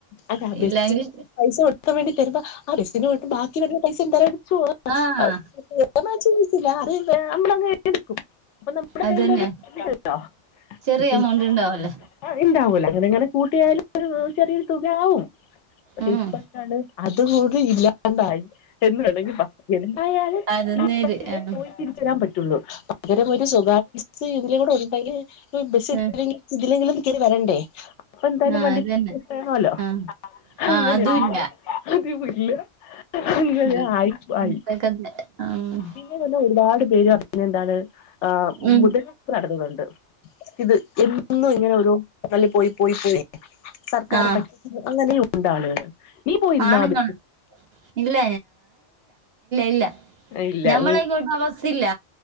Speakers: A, on the left (about 70°); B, on the right (about 60°).
A: അതെ ആ ബസ്സിന്
B: ഇല്ലെങ്കി
A: പൈസ കൊടുക്കാൻ വേണ്ടി തരുമ്പോ ആ ബസ്സിനായിട്ട് ബാക്കി വരുന്ന പൈസ എന്തായാലും എടുത്ത് പോവാ പോവാന്ന്
B: ആഹ്.
A: വെച്ച അറിയത്തില്ല അത് നമ്മളങ്ങ് എടുക്കും അപ്പൊ നമ്മടെ
B: അതന്നെ.
A: കയ്യില് അത് ഉണ്ട് ട്ടോ
B: ചെറിയ
A: പക്ഷെ
B: എമൗണ്ട് ഇണ്ടാവല്ലോ.
A: ആഹ് ഉണ്ടാവൂല അങ്ങനെ ഇങ്ങനെ കൂട്ടിയാലും ചെറിയൊരു തുകയാവും പക്ഷെ
B: ഉം.
A: ഇപ്പ അത് പോലും ഇല്ലാണ്ടായി എന്ന് വേണെങ്കിലും എന്തായാലും
B: അത്
A: ഈ
B: നേര്.
A: ബസ്സില്
B: ആഹ്.
A: പോയി തിരിച്ചു വരാൻ പറ്റുള്ളൂ പകരം ഒരു സ്വകാര്യ ബസ്സ് ഇതിലൂടെ ഉണ്ടെങ്കിൽ ഈ ബസ്സിൽ
B: ആഹ്.
A: ഇതിലെങ്കിലും കേറി വരണ്ടേ അപ്പൊ എന്തായാലും
B: ആഹ്
A: വണ്ടിക്ക്
B: അതന്നെ.
A: പൈസ വേണമല്ലോ
B: ആഹ്.
A: അങ്ങനെ
B: ആഹ് അതും
A: യാണ്
B: ഇല്ല.
A: അയ്യോ ഇല്ല അങ്ങനെ
B: ആഹ്.
A: ആയി ആയി
B: ഇപ്പഴത്തെ കഥ. ആഹ്.
A: പിന്നെന്ന് പറഞ്ഞ ഒരുപാട് പേര് പറയുന്നത് എന്താണ് ആഹ്
B: ഉം.
A: മുതലെടുപ്പ് നടക്കുന്നുണ്ട് ഇത് എന്നും ഇങ്ങനെ ഓരോ <unintelligible> പോയി പോയി പോയി സർക്കാരെ
B: ആഹ്.
A: പറ്റിക്കുന്ന് അങ്ങനെയുമുണ്ട് ആളുകള് നീ പോയിരുന്നോ
B: <unintelligible>
A: അത്
B: ഇല്ല ഇല്ല
A: ഇല്ല
B: ഞമ്മള
A: നീ
B: ഇങ്ങോട്ട് ആ ബസ്സില്ല ഇല്ല